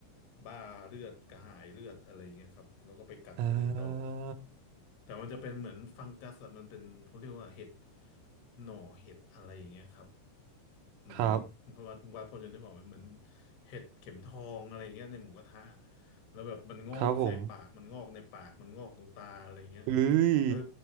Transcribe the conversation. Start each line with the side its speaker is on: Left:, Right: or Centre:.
Left: บ้าเลือดกระหายเลือดอะไรอย่างเงี้ยครับแล้วก็ไปกัดคนอื่นต่อ
Right: เออ
Left: แต่มันจะเป็นเหมือนฟังกัสอะมันเป็นเขาเรียกว่าเห็ดหน่อเห็ดอะไรอย่างเงี้ยครับ อืม
Right: ครับ
Left: วัดวัดพอจะนึกออกไหมเหมือนเห็ดเข็มทองอะไรเงี้ยในหมูกระทะแล้วแบบมันงอกใส่ปากมันงอกในปากมันงอกตรงตาอะไรเงี้ย
Right: ครับผมเอ้ย
Left: เออ